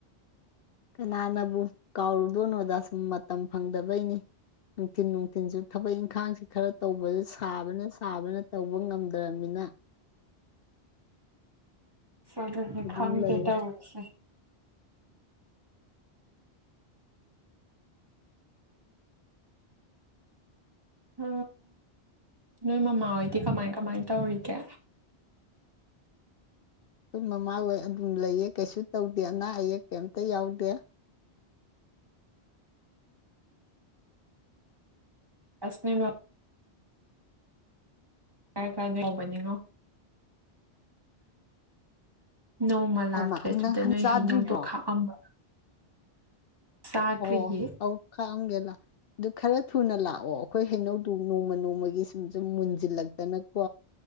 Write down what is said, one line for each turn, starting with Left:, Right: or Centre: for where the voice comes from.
Left: ꯀꯅꯥꯅꯕꯨ ꯀꯥꯎꯔꯨꯗꯣꯏꯅꯣꯗ ꯁꯨꯝ ꯃꯇꯝ ꯐꯪꯗꯕꯩꯅꯤ ꯅꯨꯡꯊꯤꯟ ꯅꯨꯡꯊꯤꯟꯁꯨ ꯊꯕꯛ ꯏꯪꯈꯥꯡꯁꯤ ꯈꯔ ꯇꯧꯕꯗꯨ ꯁꯥꯕꯅ ꯁꯥꯕꯅ ꯇꯧꯕ ꯉꯝꯗ꯭ꯔꯅꯤꯅ
Right: ꯁꯒꯒꯤ
Left: ꯑꯗꯨꯝ
Right: ꯈꯪꯗꯦ
Left: ꯂꯩꯔꯦ
Right: ꯇꯧꯔꯤꯁꯦ ꯎ ꯅꯣꯏ ꯃꯃꯥ ꯍꯣꯏꯗꯤ ꯀꯃꯥꯏ ꯀꯃꯥꯏ ꯇꯧꯔꯤꯒꯦ꯫
Left: ꯑꯩꯈꯣꯏ ꯃꯃꯥ ꯍꯣꯏ ꯑꯗꯨꯝ ꯂꯩꯌꯦ ꯀꯩꯁꯨ ꯇꯧꯗꯦ ꯑꯅꯥ ꯑꯌꯦꯛ ꯀꯩꯝꯇ ꯌꯥꯎꯗꯦ꯫
Right: ꯑꯁ ꯅꯣꯏꯃꯝ ꯀꯥꯏ ꯀꯥꯏ ꯌꯧꯕꯅꯤꯉꯣ ꯅꯣꯡꯃ ꯂꯥꯛꯀꯦ
Left: ꯍꯩꯃꯥ
Right: ꯑꯗꯨꯗ
Left: ꯅꯪ ꯍꯟ
Right: ꯅꯣꯏ
Left: ꯆꯥꯗ꯭ꯔꯤꯕꯣ
Right: ꯍꯩꯅꯧꯗꯣ ꯈꯥꯛꯑꯝꯃꯣ ꯆꯥꯗ꯭ꯔꯤꯌꯦ
Left: ꯑꯣ ꯑꯧ ꯈꯥꯛꯑꯝꯒꯦ ꯂ ꯑꯗꯨ ꯈꯔ ꯊꯨꯅ ꯂꯥꯛꯑꯣ ꯑꯩꯈꯣꯏ ꯍꯩꯅꯧꯗꯨ ꯅꯣꯡꯃ ꯅꯣꯡꯃꯒꯤ ꯁꯨꯝ ꯁꯨꯝ ꯃꯨꯟꯁꯤꯜꯂꯛ ꯇꯅꯀꯣ